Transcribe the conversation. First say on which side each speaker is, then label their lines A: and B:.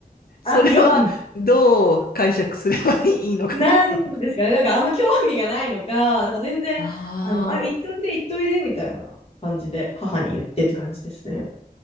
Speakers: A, on the left; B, on the left.
A: それはどう解釈すればいいのか、
B: あ、よ、うん。なんですかね。
A: ちょっと。
B: なんかあんま興味がないのか、なんか全然、
A: ああ、
B: あの、あ、行っといで、行っといで、みたいな感じで母に言ってって感じですね。